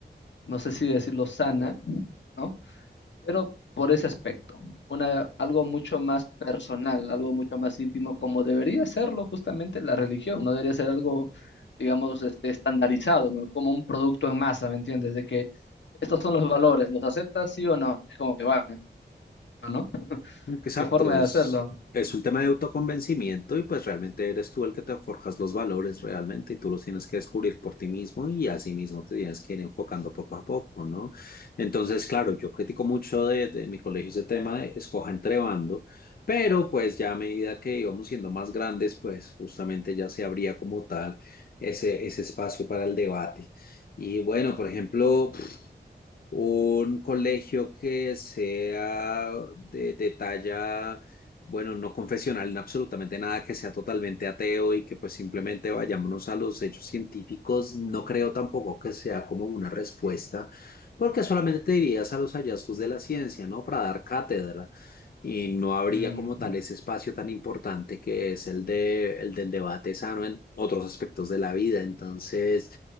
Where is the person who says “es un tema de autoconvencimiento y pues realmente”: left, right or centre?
Left